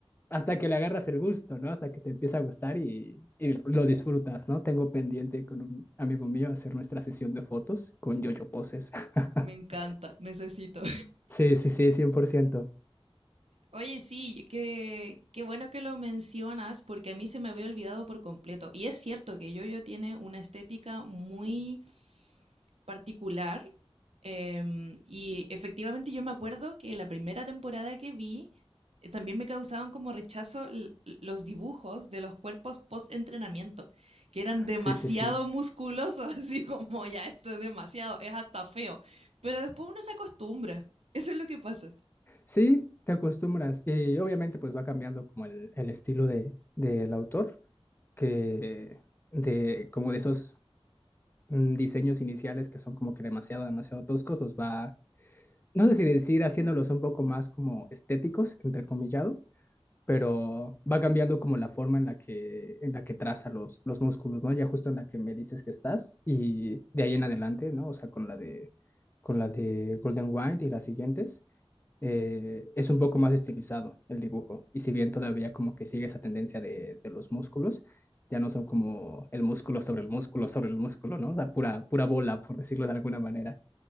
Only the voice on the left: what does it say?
Hasta que le agarras el gusto, ¿no? Hasta que te empieza a gustar y, y lo disfrutas, ¿no? Tengo pendiente con un amigo mío hacer nuestra sesión de fotos con yo-yo poses. <laughs>
Sí, sí, sí, cien por ciento
Sí, sí, sí.
Sí, te acostumbras. Y obviamente pues va cambiando como el, el estilo de, del autor, que de como de esos mm, diseños iniciales que son como que demasiado, demasiado toscos, los va, no sé si decir haciéndolos un poco más como estéticos, entre comillados, pero va cambiando como la forma en la que, en la que traza los, los músculos, ¿no? Ya justo en la que me dices que estás y de ahí en adelante, ¿no? O sea, con la de, con la de Golden White y las siguientes eh, es un poco más estilizado el dibujo. Y si bien todavía como que sigue esa tendencia de, de los músculos, ya no son como el músculo sobre el músculo sobre el músculo, ¿no? O sea, pura, pura bola, por decirlo de alguna manera.